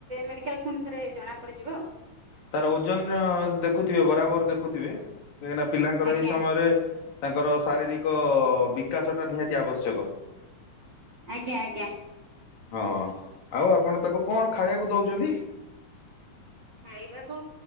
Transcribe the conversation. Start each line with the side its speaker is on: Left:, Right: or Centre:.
Right: ମେଡିକାଲ ପୁଣି ଥରେ ଜଣା ପଡିଯିବ ଆଉ।
Left: ତାର ଓଜନ ଦେଖୁଥିବେ ବରାବର ଦେଖୁଥିବେ। କାହିଁକିନା ପିଲାଙ୍କର
Right: ଆଜ୍ଞା
Left: ଏଇ ସମୟରେ ତାଙ୍କର ଶାରୀରିକ ବିକାଶ ଟା ନିହାତି ଆବଶ୍ୟକ।
Right: ଆଜ୍ଞା ଆଜ୍ଞା।
Left: ହଁ ଆଉ ଆପଣ ତାକୁ କଣ ଖାଇବାକୁ ଦଉଛନ୍ତି।
Right: ଖାଇବାକୁ